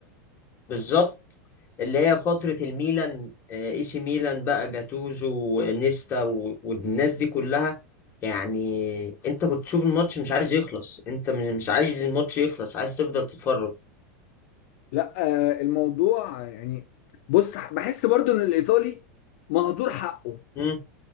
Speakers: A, on the left (about 25°); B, on the left (about 50°).
A: بالظبط اللي هي فترة الميلان آه، اي سي ميلان بقى جاتوزو ونيستا و- والناس دي كلها يعني انت كنت تشوف الماتش مش عايز يخلص انت م- مش عايز الماتش يخلص عايز تفضل تتفرج
B: لا آه، الموضوع يعني بص بحس برضو ان الايطالي مهدور حقه
A: مم.